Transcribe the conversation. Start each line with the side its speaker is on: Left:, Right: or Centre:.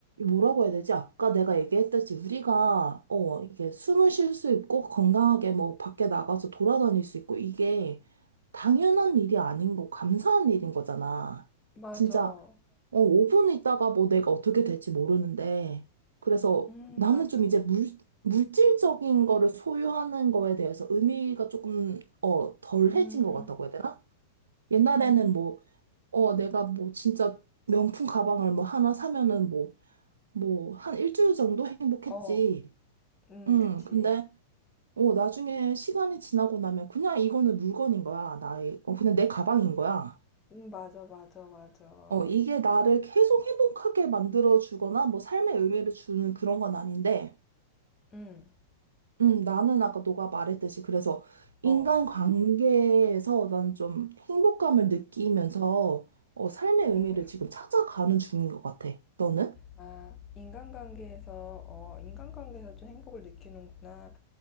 Right: 뭐라고 해야 되지? 아까 내가 얘기했듯이 우리가, 어, 이게 숨을 쉴 수 있고, 건강하게 뭐, 밖에 나가서 돌아다닐 수 있고, 이게 당연한 일이 아닌 거, 감사한 일인 거잖아.
Left: 맞아.
Right: 진짜, 어, 5분 있다가 뭐 내가 어떻게 될지 모르는데, 그래서
Left: 음,
Right: 나는
Left: 맞아.
Right: 좀 이제 물, 물질적인 거를 소유하는 거에 대해서 의미가 조금, 어, 덜해진
Left: 음,
Right: 것 같다고 해야 되나? 옛날에는
Left: 음,
Right: 뭐, 어, 내가 뭐 진짜 명품 가방을 뭐 하나 사면은 뭐, 뭐, 한 일주일 정도 행복했지.
Left: 어, 음,
Right: 음
Left: 그치.
Right: 근데, 어, 나중에 시간이 지나고 나면 그냥 이거는 물건인 거야. 나의, 어, 그냥 내 가방인 거야.
Left: 음, 맞아, 맞아, 맞아.
Right: 어, 이게 나를 계속 행복하게 만들어 주거나 뭐 삶의 의미를 주는 그런 건 아닌데,
Left: 음,
Right: 음, 나는 아까 너가 말했듯이 그래서 인간
Left: 어.
Right: 관계에서 난 좀 행복감을 느끼면서 어, 삶의 의미를
Left: 인간,
Right: 지금 찾아가는 중인 것 같아. 너는?
Left: 아, 인간관계에서, 어, 인간관계에서 좀 행복을 느끼는구나.